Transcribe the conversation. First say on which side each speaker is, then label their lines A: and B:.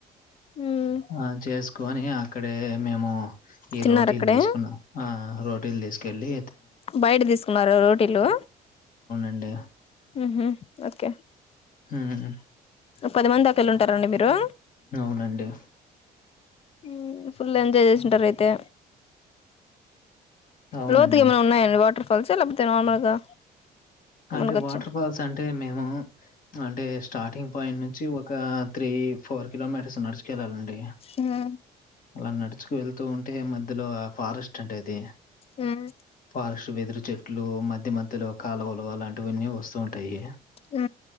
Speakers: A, on the left; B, on the left.
A: మ్మ్
B: ఆ చేస్ కొని అక్కడే మేము ఈ
A: తిన్నార
B: రోటీలు
A: అక్కడే
B: తీసుకున్నా ఆ రోటీలు తీసుకెళ్లి
A: బయట తీసుకున్నారా రోటీలు
B: అండి
A: ఉహూ ఓకే
B: ఉహూ
A: పది మంది దాకా వెళ్ళి ఉంటారా అండి మీరు
B: అవునండి
A: ఉమ్ ఫుల్ ఎంజాయ్ చేసింటారు అయితే
B: అవునండి
A: లోతు ఏమన్నా ఉన్నాయా అండి వాటర్ ఫల్స ఆ లేకపోతే నార్మల్గా
B: అంటే
A: మునగొచ్చా
B: వాటర్ ఫాల్స్ అంటే మేము అంటే స్టార్టింగ్ పాయింట్ నుంచి చ్చవ ఒక త్రీ ఫోర్ కిలోమీటర్స్ నడుచుకెళ్ళాలండి
A: ఉమ్
B: అలా నడుచుకు వెళ్తూ ఉంటే మధ్యలో ఫారెస్ట్ అంటే అది
A: ఉమ్
B: ఫారెస్ట్ వెదురు చెట్లు మధ్య మధ్యలో కాలవ లు అలాంటివన్నీ వస్తూ ఉంటాయి
A: ఆ